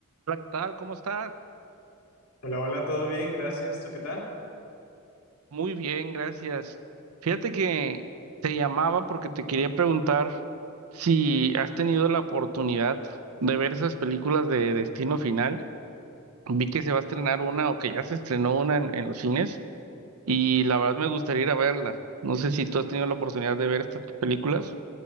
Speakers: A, on the right; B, on the left.
A: Hola, ¿qué tal? ¿Cómo estás?
B: Hola, hola, todo bien, gracias. ¿Tú qué tal?
A: Muy bien, gracias. Fíjate que te llamaba porque te quería preguntar si has tenido la oportunidad de ver esas películas de Destino Final. Vi que se va a estrenar una o que ya se estrenó una en, en los cines y la verdad me gustaría ir a verla. No sé si tú has tenido la oportunidad de ver estas películas.